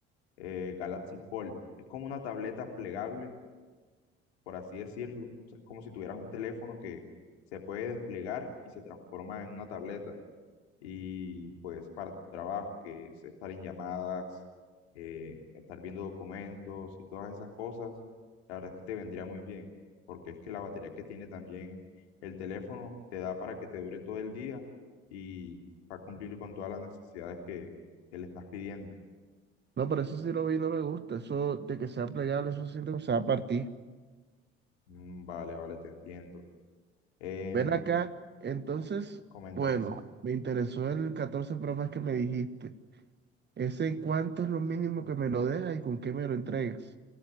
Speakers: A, on the left; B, on the right.
A: eh, Galaxy Fold. Es como una tableta plegable, por así decirlo. O sea, es como si tuvieras un teléfono que se puede desplegar y se transforma en una tableta. y pues para tu trabajo, que es estar en llamadas, eh, estar viendo documentos y todas esas cosas, la verdad es que te vendría muy bien, porque es que la batería que tiene también el teléfono te da para que te dure todo el día y va a cumplir con todas las necesidades que, que le estás pidiendo.
B: No, pero eso sí lo vi y no me gusta. Eso de que sea plegable, eso siento que se va a partir.
A: Mm, Vale, vale, te entiendo. Em,
B: Ven acá, entonces,
A: coméntame,
B: bueno,
A: sí.
B: me interesó el catorce Pro Max que me dijiste. ¿Ese cuánto es lo mínimo que me lo dejas y con qué me lo entregas?